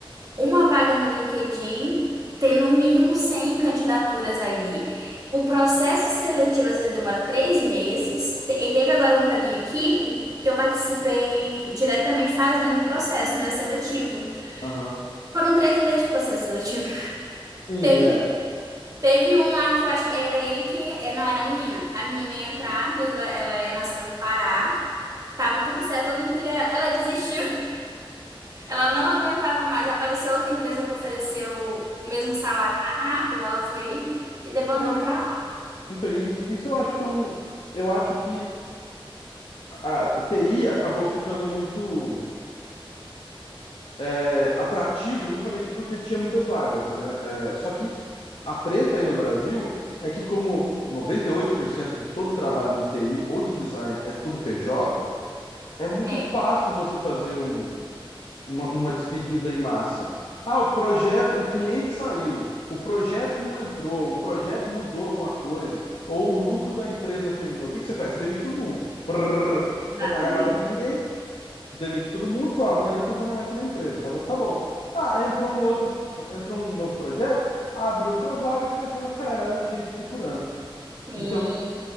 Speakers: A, on the right; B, on the left.
A: uma vaga no LinkedIn, ter no mínimo 100 candidaturas ali. O processo seletivo às vezes demora três meses. Te- E teve agora um para minha equipe que eu participei diretamente fazendo o processo, né, seletivo.
B: Aham.
A: Foram três meses de processo seletivo. <laughs>
B: Sim,
A: Teve, teve um lá que eu acho que era ele que. é, Não, era a menina. A menina ia entrar, inclusive ela é nascida no Pará. Tava tudo certo, todo mundo queria ela. Ela desistiu. Ela não aguentava mais. Apareceu outra empresa que ofereceu o mesmo salário mais rápido, ela foi e debandou
B: é.
A: para lá.
B: Então, isso, isso eu acho que é um. Eu acho que a a TI acabou ficando muito é, atrativo justamente porque tinha muitas vagas, né? É, só que a treta aí no Brasil é que, como 98% de todo trabalho de TI ou de design é tudo PJ, é muito
A: É,
B: fácil você fazer um, uma, uma despedida em massa. Ah, o projeto, o cliente saiu, o projeto não entrou, o projeto mudou alguma coisa, ou o lucro da empresa terminou. O que que você faz? Você demite todo mundo. Prrr, não
A: exatamente.
B: precisa pagar nada para ninguém, demite todo mundo, fala, amanhã você já não entra na empresa, tá bom? Tá bom. Ah, entrou um outro, entrou um novo projeto, abre outra vaga que vai ter uma caralhada de gente procurando.
A: Sim.
B: Então,